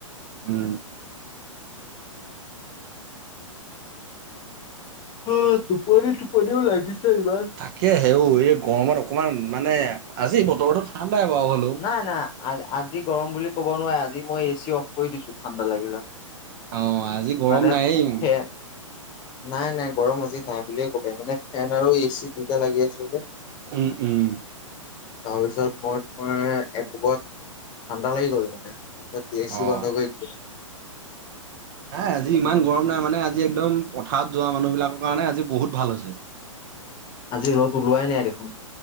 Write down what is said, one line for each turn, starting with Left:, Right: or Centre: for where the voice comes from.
Right: উম।
Left: অ' টোপনি টোপনিও লাগিছে ইমান।
Right: তাকে হেও ঐ গৰমত অকমান মানে আজি বতৰ ঠাণ্ডাই বাৰু অলপ।
Left: নাই, নাই, আ আজি গৰম বুলি ক'ব নোৱাৰি, আজি মই এ চি অফ কৰি দিছোঁ ঠাণ্ডা লাগিলে।
Right: অ' আজি গৰম
Left: মানে
Right: নাইয়েই।
Left: ফেন নাই, নাই, গৰম আজি নাই বুলিয়ে ক'ব মানে ফেন আৰু এ চি দুইটা লাগি আছে যে।
Right: উম, উম।
Left: তাৰপিছত মই তোমাৰ একোবত ঠাণ্ডা লাগি গ'ল মানে তাৰপিছত। এ
Right: অ'।
Left: চি বন্ধ কৰি দিলোঁ।
Right: নাই আজি ইমান গৰম নাই মানে আজি একদম পথাৰত যোৱা মানুহ বিলাকৰ কাৰণে আজি বহুত ভাল হৈছে।
Left: আজি ৰ'দ ওলোৱাই নাই দেখোন।